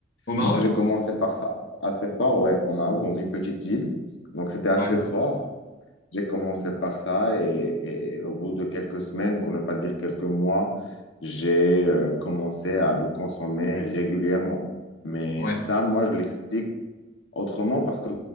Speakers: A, on the left (about 50°); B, on the left (about 65°).
A: Au Maroc?
B: Donc, j'ai commencé par ça, assez fort, ouais, en Maroc, dans une petite ville. Donc, c'était assez
A: Ouais,
B: fort. J'ai commencé par ça et, et au bout de quelques semaines, pour ne pas dire quelques mois, j'ai euh, commencé à le consommer régulièrement. Mais
A: ouais,
B: ça, moi, je l'explique autrement parce que